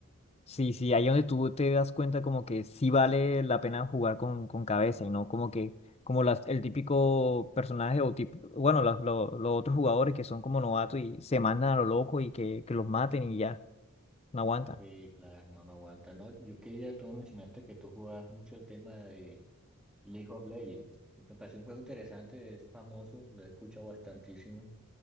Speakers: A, on the left (about 30°); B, in the centre.
A: Sí, sí, ahí donde tú te das cuenta como que sí vale la pena jugar con, con cabeza y no como que, como las, el típico personaje o tipo, bueno, los, los, los otros jugadores que son como novatos y se mandan a lo loco y que, que los maten y ya, no aguantan.
B: Sí, claro, no, no aguanta. No, yo quería, tú me mencionaste que tú jugabas mucho el tema de League of Legends. Me parece un juego interesante, es famoso, lo he escuchado bastantísimo,